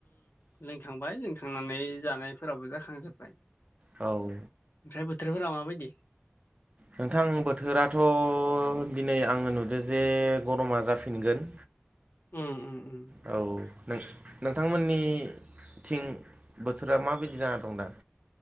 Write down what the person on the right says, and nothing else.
औ
नोंथां बोथोराथ' दिनै आङो नुदों जे गरमा जाफिनगोन
औ नोंथांमोननि थिं बोथोरा माबायदि जाना दं दा